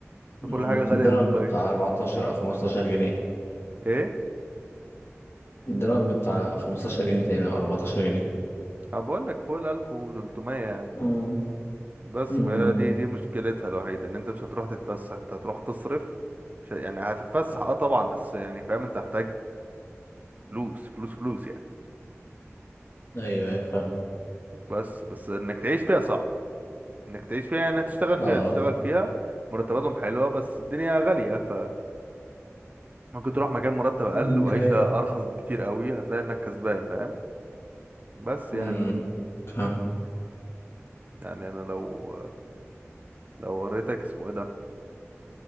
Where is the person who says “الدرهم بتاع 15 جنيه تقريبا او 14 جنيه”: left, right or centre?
Left